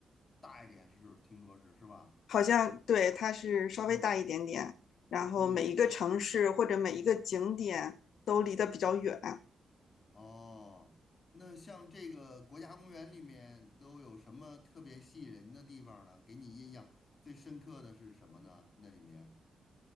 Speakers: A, on the left (about 50°); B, on the left (about 80°).
A: 大一点，是听说是是吧？
B: 好像对，它是稍微大一点点，
A: 嗯
B: 然后每一个城市或者每一个景点都离得比较远，
A: 嗯，哦，那像这个国家公园里面都有什么特别吸引人的地方呢？给你印象最深刻的是什么呢？那里面